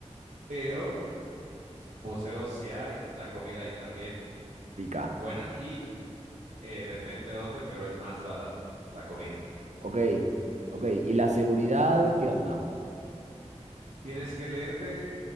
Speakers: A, on the right; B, on the right.
A: pero museos sí hay, la comida ahí también
B: pica.
A: buena y eh, depende dónde, pero es más barato la comida.
B: Ok, ok. ¿Y la seguridad qué onda?
A: Tienes que leerte,